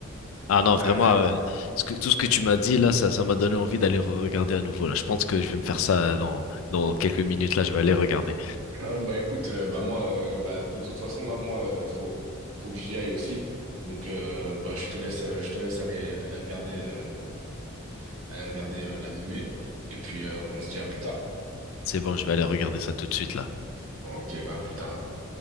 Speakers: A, on the left; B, on the right.
A: Ah non, vraiment,
B: Bah, après,
A: euh, ce que, tout ce que tu m'as dit là, ça, ça m'a donné envie d'aller regarder à nouveau là. Je pense que je vais me faire ça dans, dans quelques minutes là, je vais aller regarder.
B: <laughs> euh, bah écoute, euh, bah moi, euh, bah de toute façon là, moi, euh, faut faut que j'y aille aussi. Donc euh, bah je te laisse, euh, je te laisse aller aller regarder euh, aller regarder euh, l'animé et puis euh, on se dit à plus tard.
A: C'est bon, je vais aller regarder ça tout de suite là.
B: Ok, bah à plus tard alors.